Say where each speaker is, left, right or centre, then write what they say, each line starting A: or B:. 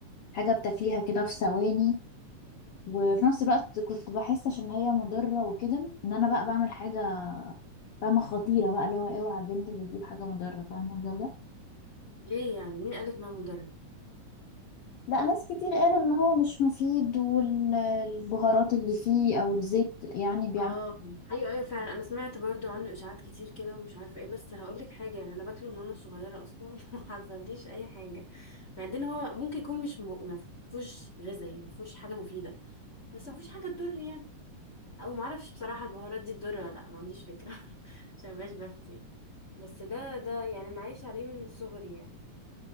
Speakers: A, on the left; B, on the left.
A: حاجه بتاكليها كده في ثواني وفي نفس الوقت كنت بحس عشان هي مضره وكده ان انا بقى بعمل حاجه فاهمه خطيره بقى اللي هو اوعى البنت اللي تجيب حاجه مضره فاهمه الجو ده
B: ليه يعني مين قالك ان هو مدرب
A: لا ناس كتير قالوا ان هو مش مفيد والبهارات اللي فيه او الزيت يعني بيعمل
B: اه ايوه ايوه فعلا انا سمعت برضو عنه اشاعات كتير كده ومش عارفه ايه بس هقولك حاجه يعني انا باكله من وانا صغيره اصلا <laughs> ما حذرتيش اي حاجه بعدين هو ممكن يكون مش م... ما فيهوش غذاء يعني ما فيهوش حاجه مفيده بس ما فيهوش حاجه تضر يعني او ما اعرفش بصراحه البهارات دي تضر ولا لا ما عنديش فكره <laughs> عشان مبقاش بفتي بس ده ده يعني انا عايشه عليه من صغري يعني